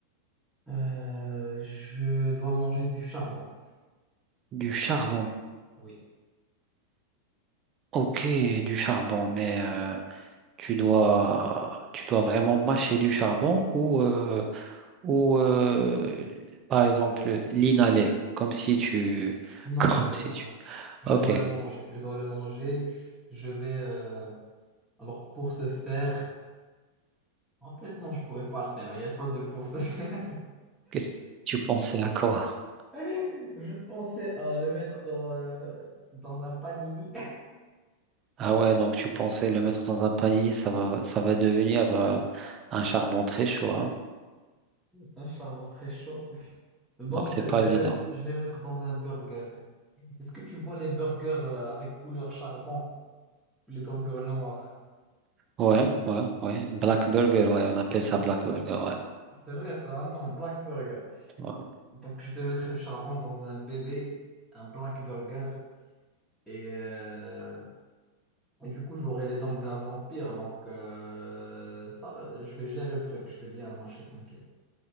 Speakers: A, in the centre; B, on the right.
A: Euh, je dois manger du charbon.
B: Du charbon.
A: Oui,
B: Ok, du charbon, mais... euh, tu dois, tu dois vraiment mâcher du charbon ou, euh, ou euh, par
A: oui,
B: exemple,
A: oui.
B: l'inhaler, comme si tu... <laughs>
A: Non,
B: Comme
A: je dois,
B: si tu...
A: je
B: Ok,
A: dois le manger. Je dois le manger. Je vais. euh, Alors pour ce faire, en fait non, je pourrais pas le faire. Il n'y a pas de pour ce faire.
B: qu'est-ce que tu pensais à quoi?
A: <laughs> Je pensais à le mettre dans, euh, dans un panini,
B: Ah ouais, donc tu pensais le mettre dans un panier, ça va, ça va devenir euh, un charbon très chaud, hein.
A: <laughs> un charbon très chaud. Bon,
B: Donc
A: je
B: c'est
A: vais,
B: pas
A: je vais
B: évident.
A: mettre, je vais mettre dans un burger. Est-ce que tu vois les burgers euh, avec couleur charbon, les burgers noirs?
B: Ouais,
A: <laughs> Je-
B: ouais, ouais. Black Burger, ouais, on appelle ça
A: vais-
B: Black Burger, ouais.
A: C'est vrai ça, hein? non, Black Burger.
B: Ouais.
A: Donc, je vais mettre le charbon dans un bébé, un black burger, et, euh, et du coup, j'aurai les dents d'un vampire. Donc, euh, ça va, je vais gérer le truc, je vais bien le mâcher, t'inquiète,